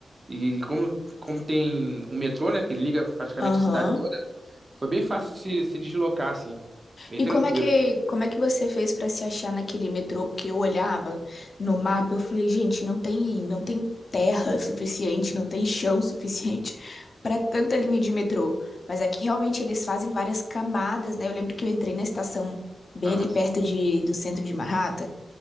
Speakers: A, on the right; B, on the left.
A: e como, como tem o metrô, né, que liga praticamente
B: Aham.
A: a cidade toda, foi bem fácil de se, se deslocar, assim, bem
B: E
A: tranquilo.
B: como é que, como é que você fez pra se achar naquele metrô? Porque eu olhava no mapa, eu falei, gente, não tem, não tem terra suficiente, não tem chão suficiente pra tanta linha de metrô. Mas aqui realmente eles fazem várias camadas, né? Eu lembro que eu entrei na estação bem
A: Ah,
B: ali perto
A: sim.
B: de, do centro de Manhattan